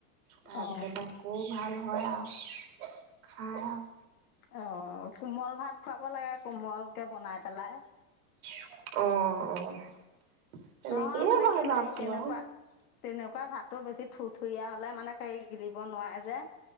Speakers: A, on the right; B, on the left.
A: তাৰপিছত
B: অ
A: আকৌ ভাল হয় আও। <inaudible> খায় অ'।
B: অ', কোমল ভাত খুৱাব লাগে কোমলকে বনাই। পেলাই।
A: অ', অ'। তেনেকেই
B: নহয় মানে
A: হয়
B: কি
A: বাৰু
B: ভাই
A: খোৱা।
B: তেনেকুৱাত তেনেকুৱা ভাতো বেছি থুৰ থুৰীয়া হ'লে মানে তাই গিলিব নোৱাৰে যে।